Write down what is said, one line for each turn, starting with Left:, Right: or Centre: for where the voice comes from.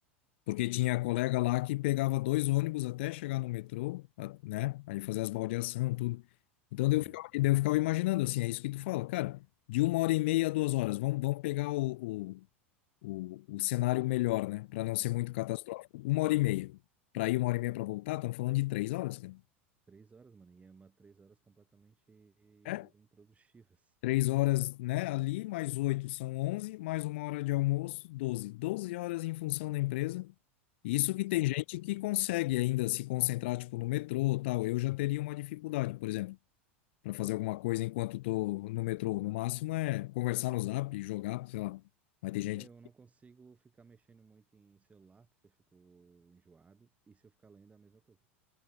Left: Porque tinha colega lá que pegava dois ônibus até chegar no metrô, a- né? Aí fazer as baldeação, tudo. Então
Right: aham.
Left: daí eu ficava, daí eu ficava imaginando assim, é isso que tu fala, cara, de uma hora e meia a duas horas, vamos, vamos pegar o, o, o cenário melhor, né? Para não ser muito catastrófico. Uma hora e meia. Para ir uma hora e meia para voltar, estamos falando de três horas, cara.
Right: Três horas, mano, e é uma três horas completamente
Left: É?
Right: improdutivas.
Left: Três horas, né? Ali, mais oito são onze, mais uma hora de almoço, doze. Doze horas em função da empresa. E Isso
Right: <laughs>
Left: que tem
Right: Sim.
Left: gente que consegue ainda se concentrar, tipo, no metrô, tal. Eu já teria uma dificuldade, por exemplo, para fazer alguma coisa enquanto tô no metrô. No máximo é conversar no Zap, jogar, sei lá. Mas tem gente
Right: É, Eu não consigo ficar mexendo muito em celular, porque eu fico enjoado, e se eu ficar lendo é a mesma coisa.